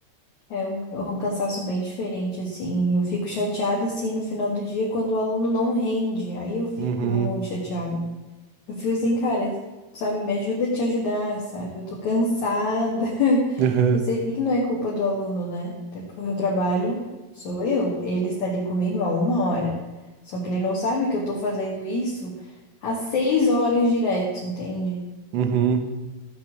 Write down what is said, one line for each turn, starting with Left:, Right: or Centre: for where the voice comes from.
Left: É um, é um cansaço bem diferente, assim. Eu fico chateada, assim, no final do dia quando o aluno não rende. Aí eu fico
Right: Uhum.
Left: muito chateada. Eu fico assim, cara, sabe, me ajuda a te ajudar, sabe? Eu tô cansada. <laughs>
Right: Uhum.
Left: Eu sei que não é culpa do aluno, né? Até porque eu trabalho, sou eu. Ele está ali comigo há uma hora. Só que ele não sabe que eu tô fazendo isso há seis horas direto, entende?
Right: Uhum.